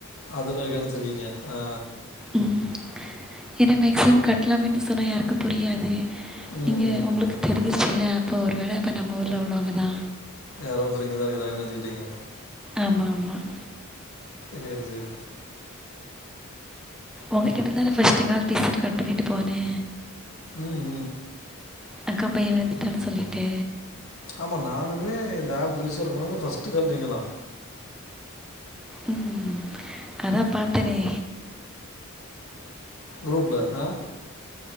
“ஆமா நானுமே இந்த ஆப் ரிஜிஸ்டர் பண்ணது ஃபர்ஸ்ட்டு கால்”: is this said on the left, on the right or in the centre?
Left